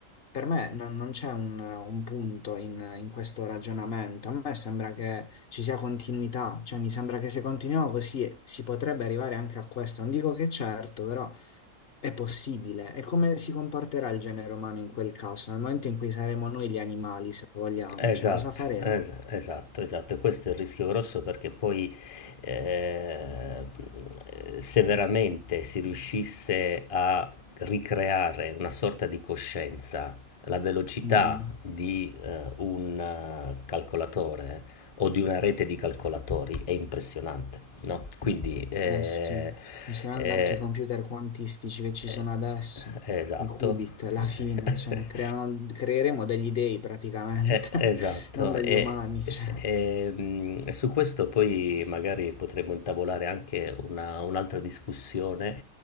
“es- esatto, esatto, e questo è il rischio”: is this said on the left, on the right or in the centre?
Left